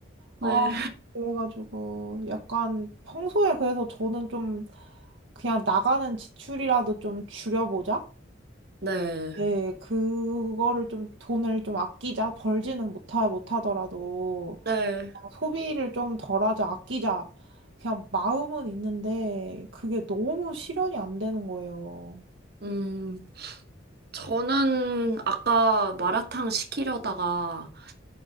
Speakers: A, on the right; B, on the right.
A: 네,
B: 아 그래가지고 약간 평소에 그래서 저는 좀 그냥 나가는 지출이라도 좀 줄여보자.
A: 네,
B: 네, 그거를 좀 돈을 좀 아끼자. 벌지는 못하, 못하더라도
A: 네.
B: 소비를 좀 덜하자, 아끼자. 그냥 마음은 있는데 그게 너무 실현이 안 되는 거예요.
A: 음, 저는 아까 마라탕 시키려다가,